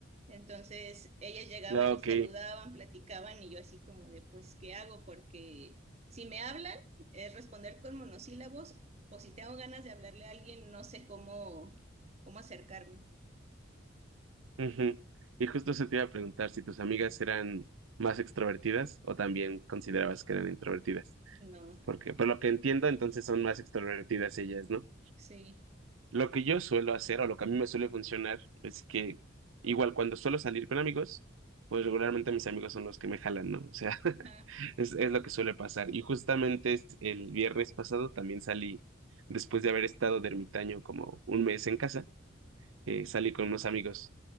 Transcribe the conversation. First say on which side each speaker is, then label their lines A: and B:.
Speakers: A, on the right; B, on the right.
A: Entonces ellas llegaban
B: Ah, Ok.
A: y saludaban, platicaban y yo así como de, pues, ¿qué hago? Porque si me hablan es responder con monosílabos o si tengo ganas de hablarle a alguien no sé cómo, cómo acercarme.
B: ujú. Y justo se te iba a preguntar si tus amigas eran más extrovertidas o también considerabas que eran introvertidas.
A: No,
B: Porque, por lo que entiendo, entonces son más extrovertidas ellas, ¿no?
A: sí.
B: Lo que yo suelo hacer o lo que a mí me suele funcionar es que igual cuando suelo salir con amigos, pues regularmente mis amigos son los que me jalan, ¿no? O sea, <laughs>
A: Ajá,
B: es, es lo que suele pasar. Y justamente es el viernes pasado también salí, después de haber estado de ermitaño como un mes en casa, eh, salí con unos amigos,